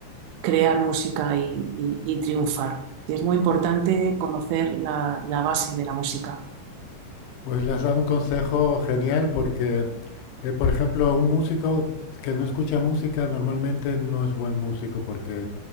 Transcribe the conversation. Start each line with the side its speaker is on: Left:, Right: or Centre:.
Right: crear música y, y- y triunfar. Y es muy importante conocer la, la base de la música.
Left: pues le has dado un consejo genial porque, eh, por ejemplo, un músico que no escucha música normalmente no es buen músico porque